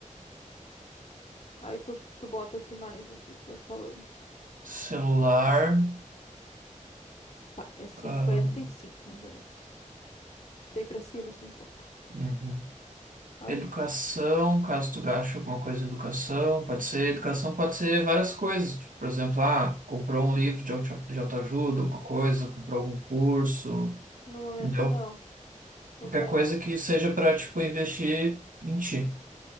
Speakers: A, on the left; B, on the right.
A: Aí tu, tu bota o que mais aqui, tu vai falando.
B: Celular.
A: Tá, é cinquenta
B: Ah,
A: e cinco mais ou menos. Chutei pra cima, assim, um pouco.
B: uhum.
A: Aí,
B: Educação, caso tu gaste alguma coisa em educação, pode ser, educação pode ser várias coisas, tipo, por exemplo, ah, comprou um livro de auto- de autoajuda, alguma coisa, comprou algum curso,
A: no momento,
B: entendeu?
A: não. Tá
B: Qualquer
A: zero.
B: coisa que seja para, tipo, investir em ti.